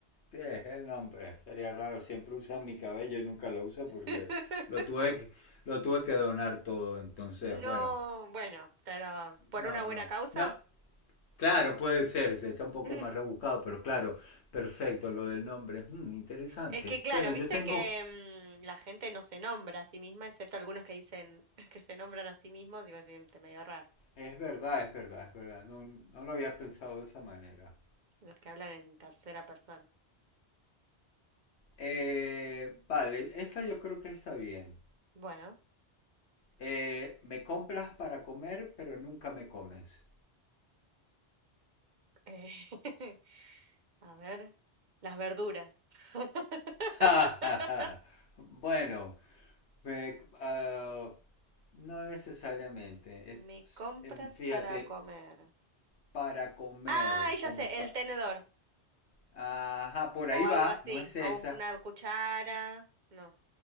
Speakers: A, on the left; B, on the right.
A: Sí, es el nombre. Sería raro, siempre usan mi cabello y nunca lo usa porque
B: <laughs>
A: lo tuve que, lo tuve que donar todo, entonces,
B: No,
A: bueno.
B: bueno, pero por
A: No,
B: una buena
A: no.
B: causa.
A: No, claro, puede ser, se está un poco
B: <laughs>
A: más rebuscado, pero claro, perfecto, lo del nombre. mm, interesante.
B: Es que, claro,
A: Bueno, yo
B: viste
A: tengo
B: que mm, la gente no se nombra a sí misma, excepto algunos que dicen <laughs> que se nombran a sí mismos, digo, siente medio raro,
A: Es verdad, es verdad, es verdad. No, no lo había pensado de esa manera.
B: los que hablan en tercera persona.
A: Eh, vale, esta yo creo que está bien.
B: Bueno,
A: Eh, me compras para comer, pero nunca me comes.
B: eh, <laughs> a ver, las verduras. <laughs>
A: <laughs> Ja, ja, ja. Bueno, me- ah, no necesariamente. Es,
B: Me compras
A: em, fíjate,
B: para comer.
A: para comer,
B: Ay, ya
A: como
B: sé,
A: pa-
B: el tenedor.
A: Ajá, por ahí
B: O
A: va,
B: algo así.
A: no es esa.
B: O un- una cuchara. No.